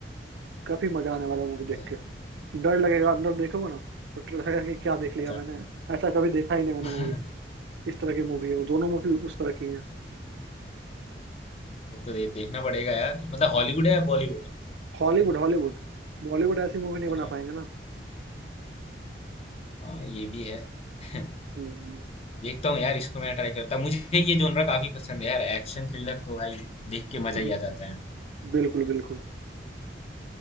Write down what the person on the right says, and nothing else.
काफी मजा आने वाला है मूवी देख
के डर लगेगा अंदर देखोगे ना तो डर लगेगा कि क्या देख लिया
मैंने ऐसा कभी देखा ही
नहीं मैंने
मूवी इस तरह की मूवी है वो दोनों मूवी उस तरह की है
Hollywood Hollywood बॉलीवुड ऐसी मूवी नहीं
बना पाएंगे ना
हम्म
हम्म,
बिल्कुल बिल्कुल